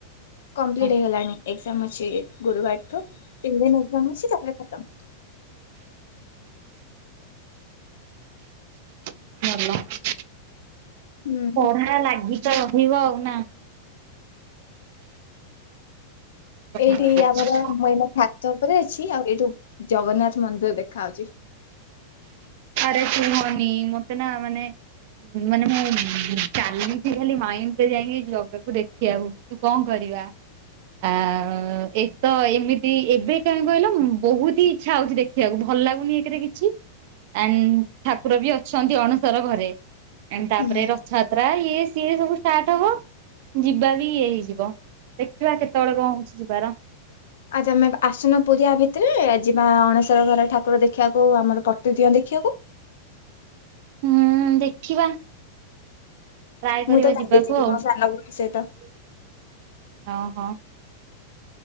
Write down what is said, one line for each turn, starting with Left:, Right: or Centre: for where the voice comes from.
Left: କମ୍ପ୍ଲିଟ୍
Right: ହଁ
Left: ହେଇଗଲାଣି। ଏକ୍ଜାମ ଅଛି ଗୁରୁବାର ଠୁ ତିନ ଦିିନ ଏକ୍ଜାମ ଅଛି ତାପରେ ଖତମ୍।
Right: <inaudible>
Left: ହୁଁ।
Right: ପଢା ଲାଗିଚ ରହିବ ନା। କଣ
Left: ଏଇଠି
Right: କରିବା।
Left: ଆମର ମୁ ଏଇନା ତାପରେ ଅଛି ଆଉ ଏଇଠୁ ଜଗନ୍ନାଥ ମନ୍ଦିର ଦେଖାଯାଉଛି।
Right: ଆରେ କୁହନି ମତେ ନା ମାନେ। ମାନେ ମୁଁ ଚାଲିଛି ଖାଲି ମାଇଣ୍ଡରେ ଯାଇକି ଜଗାକୁ ଦେଖିବାକୁ। ତ କଣ କରିବା। ଆ ଏକ ତ ଏମିତି ଏବେ କାହିଁ କହିଲ ବହୁତ ହି ଇଚ୍ଛା ହଉଛି ଦେଖ ଦେଖିବାକୁ ଭଲ ଲାଗୁନି ଏକରେ କିଛି। ଆ ଠାକୁର ବି ଅଛନ୍ତି ଅଣସର ଘରେ ତାପରେ
Left: ହୁଁ।
Right: ରଥଯାତ୍ରା ଯାତ୍ରା ଇଏ ସିଏ ସବୁ ଷ୍ଟାର୍ଟ ହବ ଯିବା ବି ଇଏ ହେଇଯିବ। ଦେଖିବା କେତେବେଳେ କଣ ହଉଛି ଯିବାର।
Left: ଆଜି ତମେ ଆସୁନ ପୁରୀ ଆ ଭିତରେ ଯିବା ଅଣଶର ଘର ଠାକୁର ଦେଖିବାକୁ ଆମର ପ୍ରତିଦିଅଁ ଦେଖିବାକୁ।
Right: ହୁଁ ଦେଖିବା। ଟ୍ରାଏ କରିବା
Left: ମୁଁ ତ କାଲି
Right: ଯିବାକୁ
Left: ଯିବି
Right: ହଁ
Left: ମୋ ସାନ ଭଉଣୀ ସହିତ
Right: ହଁ।